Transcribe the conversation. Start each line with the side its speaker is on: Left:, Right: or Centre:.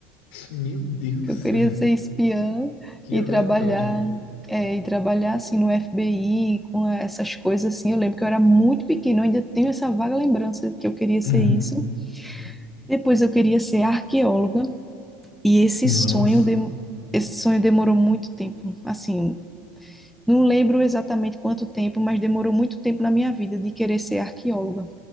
Left: Meu Deus do
Centre: Que
Left: céu,
Centre: eu queria ser espiã
Left: que
Centre: e
Left: aleatória.
Centre: trabalhar, é, e trabalhar assim no FBI, com essas coisas assim. Eu lembro que eu era muito pequena, eu ainda tenho essa vaga lembrança que eu queria ser
Left: Hum,
Centre: isso. Depois eu queria ser arqueóloga. E esse
Left: Nossa.
Centre: sonho, dem- esse sonho demorou muito tempo. Assim, não lembro exatamente quanto tempo, mas demorou muito tempo na minha vida de querer ser arqueóloga.